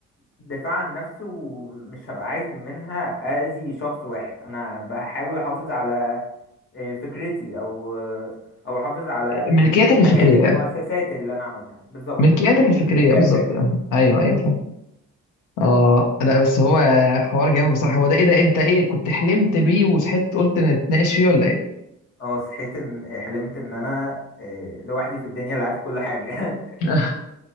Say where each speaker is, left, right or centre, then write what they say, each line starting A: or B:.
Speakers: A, on the left; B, on the left.
A: دفاع عن نفسي ومش هبقى عايز منها اذي شخص واحد انا بحاول احافظ على آه، فكرتي او آه، او احافظ على
B: ملكياتك
A: الحاجات
B: الفكريه
A: المؤسسات
B: يعني
A: اللي انا عملتها بالظبط
B: ملكياتك الفكريه
A: الملكية
B: بالظبط
A: الفكرية
B: آه. ايوه
A: بالظبط
B: ايوه فاهم اه لا بس هو حوار جامد بصراحه هو ده ايه ده انت ايه كنت حلمت بيه وصحيت قلت نتناقش فيه ولا ايه
A: اه صحيت ان حلمت ان انا آه، لوحدي في الدنيا اللي عارف كل حاجة <laughs>
B: <laughs>